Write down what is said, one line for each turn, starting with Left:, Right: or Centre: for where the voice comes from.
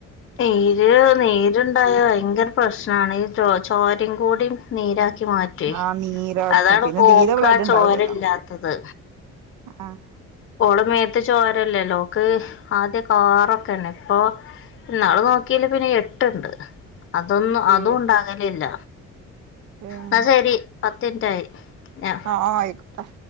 Left: നീര് നീര്ണ്ടായ ഭയ്ങ്കരം പ്രശ്നാണ് ഈ ചോ ചോരിം കൂടിം നീരാക്കി മാ റ്റ്വേ
Right: ആഹ് നീരാക്കും
Left: അതാണ്
Right: പിന്നെ
Left: പ്പോക്കാ
Right: തീരെ ബ്ലഡ് ഉണ്ടാവില്ലല്ലോ
Left: ചോരല്ലാത്തത്
Right: ആഹ്
Left: ഓളെ മേത്ത് ചോരല്ലല്ലോ ഓക്ക് ആദ്യാെക്കെ ആറൊക്കെന്നെ ഇപ്പോ ഇന്നാള് നോക്ക്യേല് പിന്നെ എട്ട്ണ്ട് അതൊന്ന്
Right: ഏഹ്
Left: അതുംണ്ടാകലില്ല
Right: ഏഹ്
Left: ന്നാ ശെരി പത്തിൻറ്റായി ഞ
Right: ആഹ് അയ്ക്കാെട്ടെ